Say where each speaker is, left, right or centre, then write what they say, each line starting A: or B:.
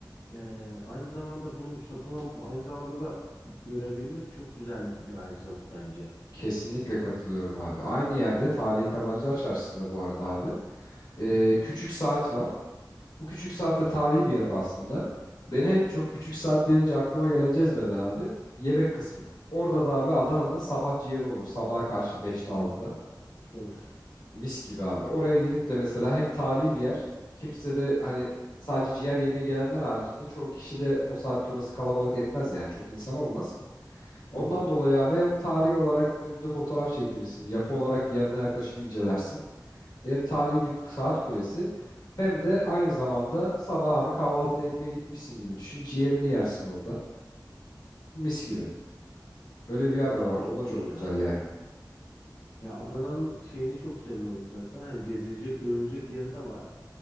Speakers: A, on the left (about 85°); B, on the left (about 65°).
A: Ee, aynı zamanda bunu satın alıp aynı zamanda da görebilmek çok güzel bir ayrıcalık bence.
B: Kesinlikle katılıyorum abi. Aynı yerde Tarihi Kazancılar Çarşısı'nda bu arada abi. e,
A: Hı hı.
B: küçük saat var. Bu küçük saatte tarihi bir yapı aslında. Beni en çok küçük saat denince aklıma gelen cezbeden abi yemek kısmı. Orada da abi Adana'nın sabah ciğeri olur. Sabaha karşı beşte altıda
A: Of.
B: Mis gibi abi. Oraya gidip de mesela hem tarihi bir yer. Kimse de hani sadece ciğer yemeye gelenler haricinde çoğu kişi de o saatte orası kalabalık etmez yani. Çok insan olmaz.
A: Hı
B: Ondan
A: hı.
B: dolayı abi hem tarihi olarak önünde fotoğraf çektirirsin. Yapı olarak yanına yaklaşıp incelersin. Hem tarihi bir ku- saat kulesi hem de aynı zamanda sabah abi kahvaltını etmeye gitmişsin gibi düşün. Ciğerini yersin orada. Mis gibi. Öyle bir yer
A: Aa,
B: de var. O
A: çok
B: da çok
A: iyi ya.
B: güzel yani.
A: Ya Adana'nın şeyini çok seviyorum zaten. Hani gezilecek, görülecek yeri de var.